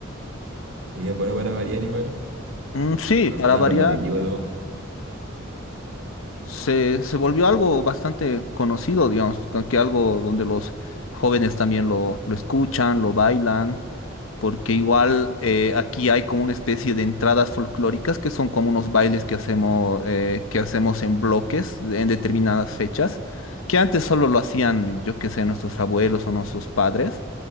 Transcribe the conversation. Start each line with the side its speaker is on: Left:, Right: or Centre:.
Right: Y es bueno para variar igual,
Left: Mm, sí,
Right: que no
Left: para
Right: sea tan
Left: variar,
Right: repetitivo todo.
Left: se, se volvió algo bastante conocido, digamos, que, que algo donde los jóvenes también lo, lo escuchan, lo bailan, porque igual eh, aquí hay como una especie de entradas folclóricas que son como unos bailes que hacemos, eh, que hacemos en bloques en determinadas fechas, que antes solo lo hacían, yo qué sé, nuestros abuelos o nuestros padres,